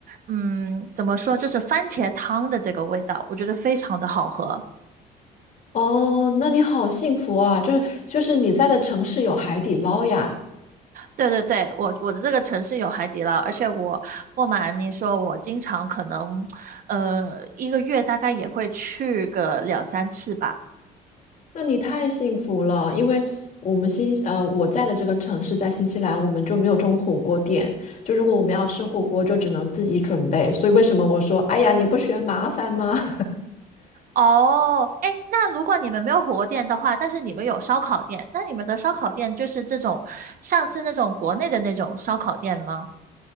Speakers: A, on the right; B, on the left.
A: 嗯，怎么说，就是番茄汤的这个味道，我觉得非常的好喝。
B: 哦，那你好幸福啊！就是就是你在的城市有海底捞呀。
A: 对对对，我我的这个城市有海底捞，而且我不瞒你说，我经常可能，呃，一个月大概也会去个两三次吧。
B: 那你太幸福了，因为我们新呃我在的这个城市在新西兰，我们就没有这种火锅店。就如果我们要吃火锅，就只能自己准备。所以为什么我说，哎呀，你不嫌麻烦吗？
A: 哦，哎，那如果你们没有火锅店的话，但是你们有烧烤店，那你们的烧烤店就是这种，像是那种国内的那种烧烤店吗？